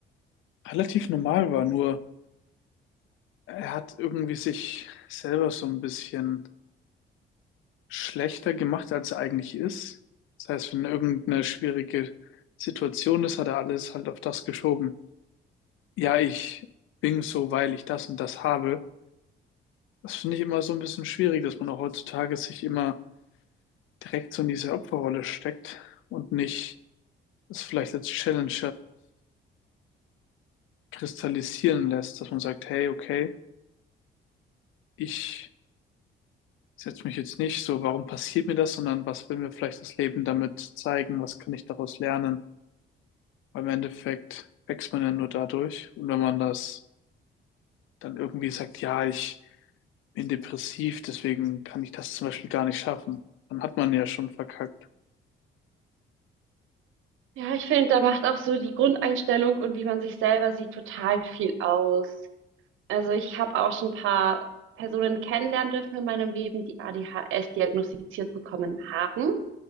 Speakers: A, on the left (about 80°); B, on the right (about 85°).
A: relativ normal war. Nur er hat irgendwie sich selber so ein bisschen schlechter gemacht, als er eigentlich ist. Das heißt, wenn irgendeine schwierige Situation ist, hat er alles halt auf das geschoben. Ja, ich bin so, weil ich das und das habe. Das finde ich immer so ein bisschen schwierig, dass man auch heutzutage sich immer direkt so in diese Opferrolle steckt und nicht es vielleicht als Challenge herauskristallisieren lässt, dass man sagt, hey, okay, ich setze mich jetzt nicht so, warum passiert mir das, sondern was will mir vielleicht das Leben damit zeigen, was kann ich daraus lernen? Weil im Endeffekt wächst man ja nur dadurch. Und wenn man das dann irgendwie sagt, ja, ich bin depressiv, deswegen kann ich das zum Beispiel gar nicht schaffen, dann hat man ja schon verkackt.
B: Ja, ich finde, da macht auch so die Grundeinstellung und wie man sich selber sieht total viel aus. Also ich habe auch schon ein paar Personen kennenlernen dürfen in meinem Leben, die ADHS diagnostiziert bekommen haben.